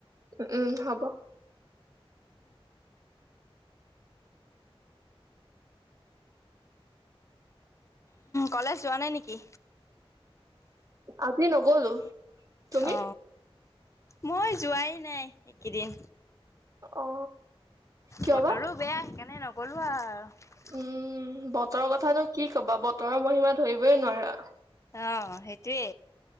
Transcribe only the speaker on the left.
কলেজ যোৱা নাই নেকি।
অ। মই যোৱাই নাই এইকেইদিন।
বতৰো
বেয়া সেইকাৰণে ন। গলো আও। <unintelligible>
অ' সেইটোৱে